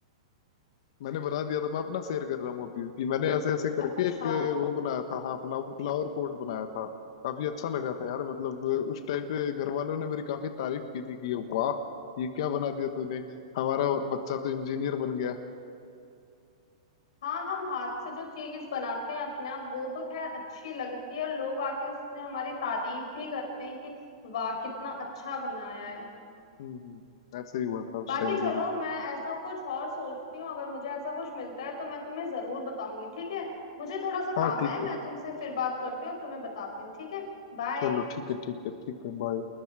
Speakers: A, on the left (about 55°); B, on the left (about 70°).
A: मैंने बना दिया था मैं अपना शेयर कर रहा हूँ अभी कि मैंने ऐसे ऐसे करके
B: अच्छा
A: एक वो बनाया था हाँ फ्लावर फ्लावर पॉट बनाया था काफी अच्छा लगा था यार मतलब उस टाइम पे घर वालों ने मेरी काफी तारीफ की थी कि वाह ये क्या बना दिया तूने हमारा बच्चा तो इंजीनियर बन गया
B: हाँ हम हाथ से जो चीज बनाते हैं अपने आप वो तो खैर अच्छी लगती है और लोग आके उसमें हमारी तारीफ भी करते हैं कि वाह कितना अच्छा बनाया है
A: हम्म हम्म, हम्म, ऐसे ही हुआ था
B: बाकी
A: उस टाइम
B: चलो
A: पे भी
B: मैं ऐसा कुछ और सोचती हूँ अगर मुझे ऐसा कुछ मिलता है तो मैं तुम्हें जरूर बताऊंगी ठीक है मुझे थोड़ा सा
A: हाँ
B: काम
A: ठीक
B: है मैं
A: है
B: तुमसे फिर बात करती हूँ और तुम्हें बताती हूँ ठीक है बाय
A: चलो ठीक है ठीक है ठीक है बाय